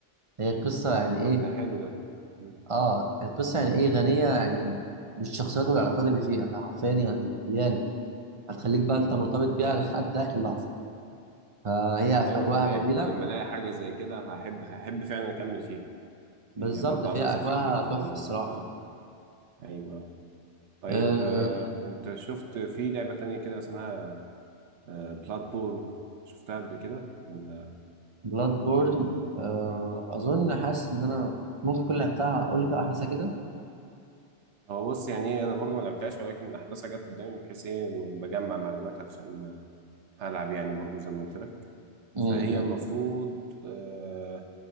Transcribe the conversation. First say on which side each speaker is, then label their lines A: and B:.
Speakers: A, on the right; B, on the right.
A: هي القصه يعني ايه
B: طب ده حلو ده مم.
A: اه القصه يعني ايه غنيه يعني بالشخصيات والعلاقات اللي فيها فحرفيا يعني مليانه هتخليك بقى انت مرتبط بيها لحد اخر لحظه فهي في
B: أيوة
A: اجواءها
B: طبيعي
A: جميله
B: ما لما ألاقي حاجة زي كده هحب هحب فعلا أكمل فيها
A: بالظبط
B: يعني برضه
A: فهي
B: عاملة
A: اجواءها
B: زي فكرة
A: تحفه
B: ال...
A: الصراحه
B: آه أيوة طيب
A: آه
B: آه أنت شفت في لعبة تانية كده اسمها آه بلاتبورن شفتها قبل كده ولا
A: بلاد بورن آه اظن حاسس ان انا ممكن كل اللي لعبتها اقول لك احداثها كده
B: هو بص يعني إيه، أنا برضه ما لعبتهاش ولكن أحداثها جت قدامي بحيث إيه إنه بجمع معلومات علشان ألعب يعني برضه زي ما قلت لك
A: امم
B: فهي المفروض آه،